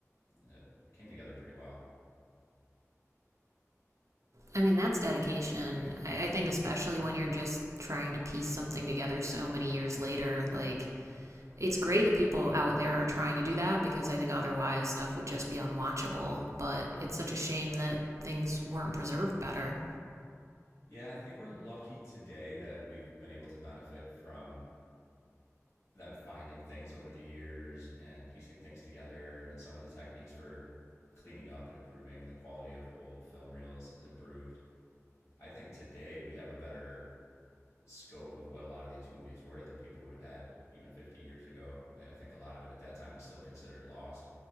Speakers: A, on the left; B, on the right.
A: It came together pretty well.
B: I mean, that's dedication. I, I think especially when you're just trying to piece something together so many years later, like it's great that people out there are trying to do that because I think otherwise stuff would just be unwatchable. But it's such a shame that things weren't preserved better.
A: Yeah, I think we're lucky today that we've been able to benefit from them finding things over the years and piecing things together. And some of the techniques for cleaning up and improving the quality of old film reels is improved. I think today we have a better scope of what a lot of these movies were than people would have had even 50 years ago. I, I think a lot of it at that time was still considered lost,